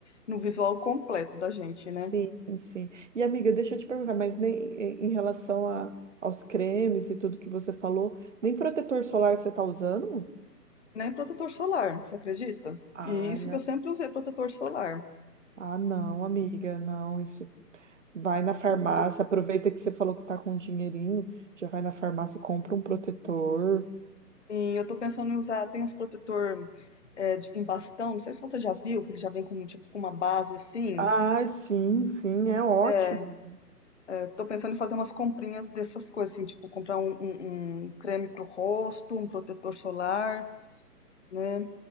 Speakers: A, on the left (about 45°); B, on the right (about 50°).
A: no visual completo da gente, né?
B: Sim, sim. E amiga, deixa eu te perguntar, mas nem em em relação a, aos cremes e tudo que você falou, nem protetor solar você tá usando?
A: Nem protetor solar, você acredita?
B: Ah,
A: E isso que eu sempre usei protetor solar.
B: ah, não, amiga, não, isso. Vai na farmácia,
A: Eu
B: aproveita que você falou que tá com um dinheirinho, já vai na farmácia, compra um protetor.
A: Sim, eu tô pensando em usar, tem uns protetor é, de- em bastão, não sei se você já viu, que ele já vem com, tipo, com uma base assim.
B: Ah, sim, sim, é ótimo.
A: É, é, tô pensando em fazer umas comprinhas dessas coisas, assim, tipo, comprar um, um, um creme pro rosto, um protetor solar, né?